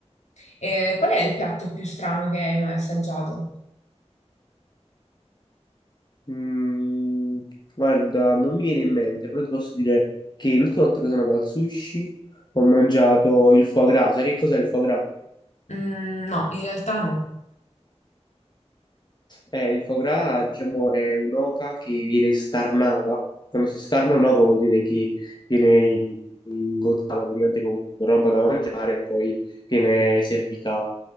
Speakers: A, on the left (about 80°); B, on the left (about 40°).
A: eh, qual è il piatto più strano che hai mai assaggiato?
B: Mm, guarda, non mi viene in mente, però ti posso dire che l'ultima volta che sono andato al sushi ho mangiato il foie gras. Sai che cos'è il foie gras?
A: Mm, no, in realtà no.
B: Eh, il foie gras, diciamo, è un'oca che viene starnata. Quando si starna un'oca vuol dire che viene ingozzata praticamente con roba da mangiare e poi viene servita,